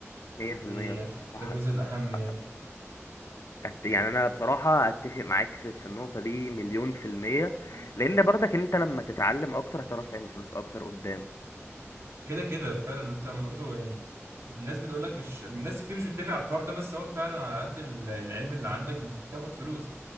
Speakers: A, on the left (about 80°); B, on the right (about 60°).
A: 100%
B: دي ح- ده
A: صح
B: الجزء
A: هت...
B: الاهم يعني
A: هت- هت- يعني انا بصراحة اتفق معاك في, في النقطة دي مليون في المية
B: مم.
A: لان برضك انت لما تتعلم اكتر هتعرف تعمل فلوس اكتر قدام
B: كده كده فعلا انت برضو يعني الناس بتقول لك مش الناس كتير مش بتتفق على الحوار ده بس هو فعلا على قد ال- العلم اللي عندك بتاخد فلوس